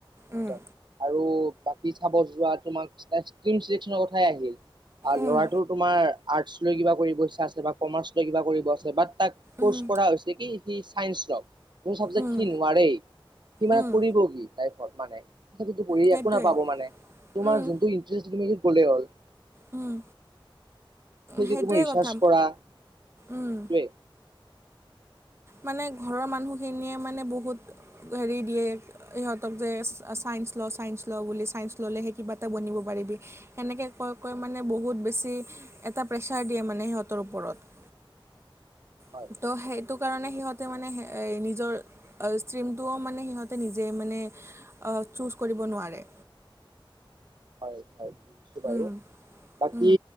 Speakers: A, on the right; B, on the right.
A: একদম
B: উম,
A: আৰু বাকী চাব যোৱা তোমাক ষ্টনৰ কথাই আহিল।
B: উম,
A: ল'ৰাটো তোমাৰ আৰ্টচ লৈ কিবা কৰিব ইচ্ছা আছে বা কমাৰ্চ লৈ কিবা কৰিব আছে বাট। তাক
B: উম,
A: ক'ৰ্চ কৰা হৈছে কি সি চাইন্স লক। কোন চাবজেক্ট
B: উম,
A: সি নোৱাৰেই সি মানে
B: উম,
A: কৰিব কি লাইফত মানে। পঢ়ি
B: সেইটোৱে
A: একো নাপাব মানে, তোমাৰ
B: উম,
A: যোনটো ইটাৰেষ্ট তুমি গ'লে হ'ল।
B: উম।
A: সেই
B: সেইটোৱে
A: যে তুমি ৰিচাৰ্চ
B: কথা
A: কৰাটোৱে।
B: উম, মানে ঘৰৰ মানুহখিনিয়ে মানে বহুত হেৰি দিয়ে। সিহঁতক যে ছাইন্স লওঁ ছাইস লওঁ বুলি ছায়ন্ঞ্চ ল'লেহেই কিবা এটা বনিব পাৰিবি। সেনেকে কয় -কয় মানে বহুত বেছি এটা প্ৰেছাৰ দিয়ে মানে সিহঁতৰ ওপৰত।
A: হয়
B: ত' সেইটো।
A: একদম
B: সেইটো কাৰণে সিহঁতে মানে নিজৰ ষ্ট্ৰীমটোও মানে সিহঁতে নিজে মানে। চুজ কৰিব নোৱাৰে।
A: হয় হয়, বুজিছো বাৰু
B: উম,
A: বাকী
B: উম।